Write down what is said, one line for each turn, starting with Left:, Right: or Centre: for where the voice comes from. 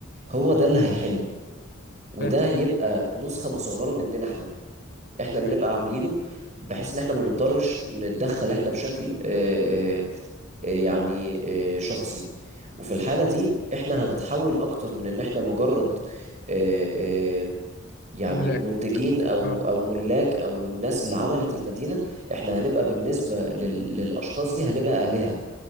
Right: هو ده اللي هيحل وده
Left: فاهم
Right: يبقى نسخة مصغرة مننا احنا احنا اللي
Left: فاهم
Right: نبقى عاملينه بحيث ان احنا ما نضطرش نتدخل احنا بشكل آه، آه، آه، يعني آه، شخصي وفي الحالة
Left: مفهوم
Right: دي احنا هنتحول اكتر من ان احنا مجرد آه، آه، يعني
Left: ملاك
Right: منتجين او
Left: اه
Right: او ملاك او الناس اللي عملت المدينة احنا هنبقى بالنسبة لل- للاشخاص دي هنبقى آلهة